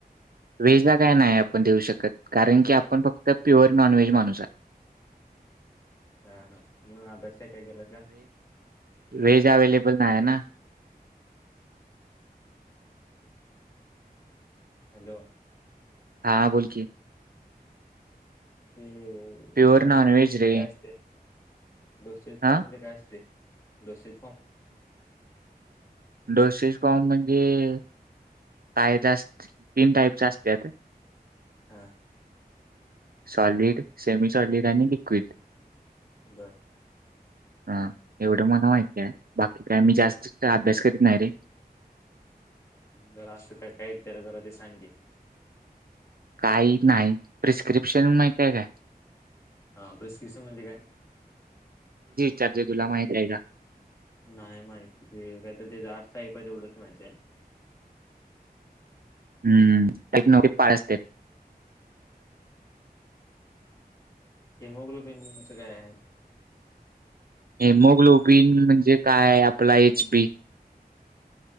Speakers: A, on the right (about 65°); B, on the left (about 20°).
A: व्हेज ला काय नाही आपण देऊ शकत कारण की आपण फक्त प्युअर नॉन व्हेज माणूस आह
B: हह हा म अभ्यास काय काय केला त्व
A: वेहेज अवेलेबल ना आहे ना
B: हॅलो
A: हा बोलकी
B: हम्
A: प्युअर
B: दोसरी
A: नॉनव्हेज
B: फॉर्म मध्ये
A: रे
B: काय असते दोसरी फॉर्म
A: हा
B: मध्ये काय असते दोसरी
A: डोसेस फोम म्हण ते <unintelligible> तीन टाईप असत
B: हा
A: सॉलिड सेमी सॉलिड आणि लिक्विड
B: बर
A: हा एवढं मला माहितय बाकी काय मी जास्त अभ्यास करीत नाही रे
B: जरा असं काय काही त्याला जरा ते सांगेल
A: काही नाही प्रिस्क्रिप्शन माहिती आहे काय
B: हा प्रिस्क्रिप्शन म्हणजे काय
A: चर्चे तुला माहित्या आहे का
B: नाही माहिती ते काहीतरी ते <unintelligible> आहे तेवढंच माहिती आहे <inaudible>
A: हम्म <unintelligible> पाळ असते
B: हेिमोग्लोबिनचं काय आहे
A: हेमोग्लोबिन म्हणजे काय आपला एच बी